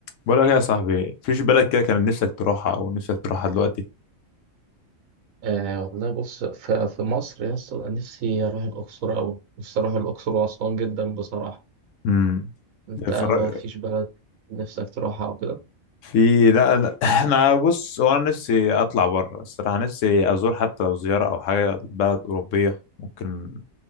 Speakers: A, on the left; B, on the right.
A: بقول لك إيه يا صاحبي فيش بلد كده كان نفسك تروحها او نفسك تروحها دلوقتي
B: آه والله بص ف- في مصر يا اسطى أنا نفسي أروح الأقصر أوي نفسي أروح الأقصر وأسوان جدا بصراحة
A: امم
B: أنت
A: اتفرج-
B: مفيش بلد نفسك تروحها أو كده
A: في لا لا <laughs> انا بص هو انا نفسي اطلع بره الصراحه نفسي ازور حتى لو زياره او حاجه بلد اوروبيه ممكن